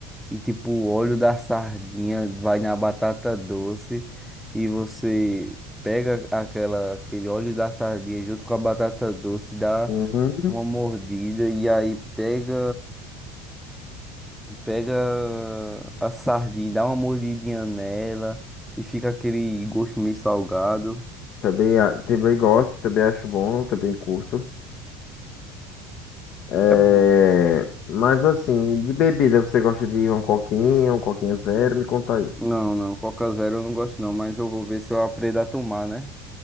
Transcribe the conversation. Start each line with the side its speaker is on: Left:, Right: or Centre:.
Centre: E tipo, o óleo da sardinha vai na batata doce. E você pega aquela, aquele óleo da sardinha junto com a batata doce, dá
Left: Uhum.
Centre: uma mordida. E aí pega, pega a sardinha, dá uma mordidinha nela. E fica aquele gosto meio salgado.
Left: Também, a- também gosto, também acho bom, também curto. É,
Centre: É bom.
Left: mas assim, de bebida, você gosta de uma coquinha, um coquinha zero? Me conta aí.
Centre: Não, não, Coca Zero eu não gosto não, mas eu vou ver se eu aprendo a tomar, né?